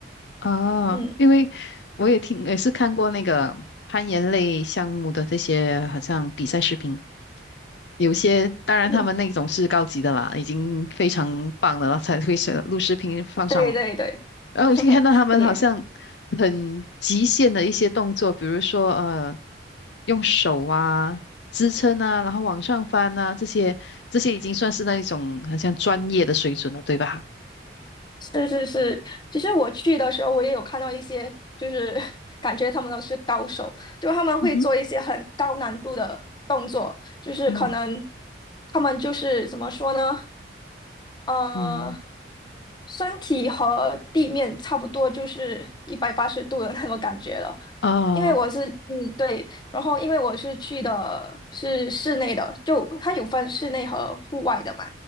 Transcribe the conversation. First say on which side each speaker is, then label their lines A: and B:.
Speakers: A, on the left; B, on the left.
A: 啊，
B: 嗯
A: 因为我也听，也是看过那个攀岩类项目的这些好像比赛视频，有些当然他们那种是高级的啦，
B: 嗯，
A: 已经非常棒的了，才会选录视频放上网。
B: 对对对，
A: 然后我就看到他们好像
B: <laughs> 对。
A: 很极限的一些动作，比如说呃，用手啊支撑啊，然后往上翻啊，这些这些已经算是那一种好像专业的水准了，对吧？
B: 是是是，其实我去的时候，我也有看到一些，就是 <laughs> 感觉他们都是高手，就他们会做一些很高难度的动作，
A: 嗯哼，
B: 就是可能
A: 嗯
B: 他们就是怎么说呢？呃，
A: 嗯，
B: 身体和地面差不多，就是一百八十度的那种感觉了。
A: 啊，
B: 因为我是，嗯，对，然后因为我是去的是室内的，就它有分室内和户外的嘛。